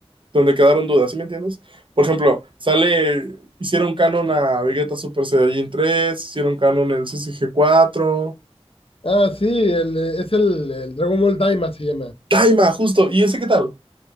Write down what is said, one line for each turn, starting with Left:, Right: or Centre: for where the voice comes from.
Right: donde quedaron dudas, ¿sí me entiendes? Por ejemplo, sale, hicieron canon a Vegeta Super Saiyajin tres hicieron canon el CCG cuatro
Left: Ah, sí, el, eh, es el, el Dragon Ball Daima se llama.
Right: Daima, justo, ¿y ese qué tal?